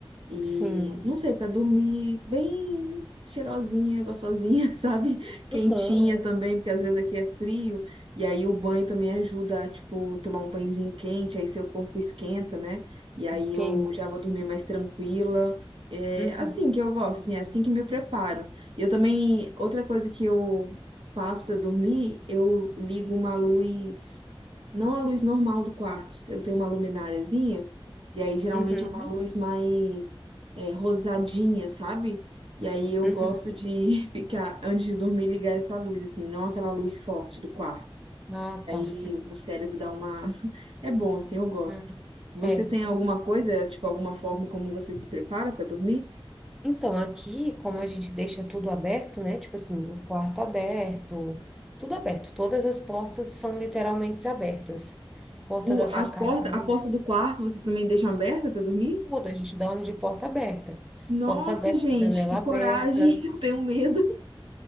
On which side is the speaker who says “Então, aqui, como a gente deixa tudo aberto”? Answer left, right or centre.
Centre